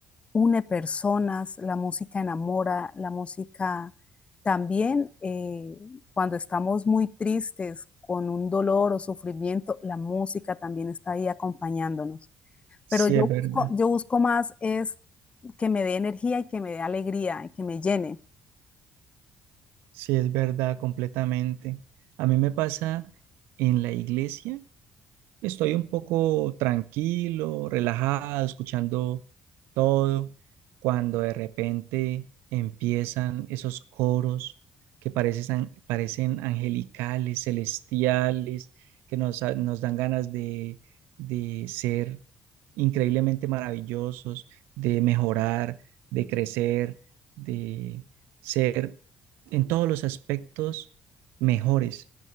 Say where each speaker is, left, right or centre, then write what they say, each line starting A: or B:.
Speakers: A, on the left (about 35°); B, on the right (about 85°).
A: une personas, la música enamora, la música también eh, cuando estamos muy tristes con un dolor o sufrimiento, la música también está ahí acompañándonos.
B: Sí,
A: Pero yo
B: es verdad,
A: busco, yo busco más es que me dé energía y que me dé alegría y que me llene.
B: sí, es verdad, completamente. A mí me pasa en la iglesia Estoy un poco tranquilo, relajado, escuchando todo, cuando de repente empiezan esos coros que parecen, parecen angelicales, celestiales, que nos, ha- nos dan ganas de, de ser increíblemente maravillosos, de mejorar, de crecer, de ser en todos los aspectos mejores.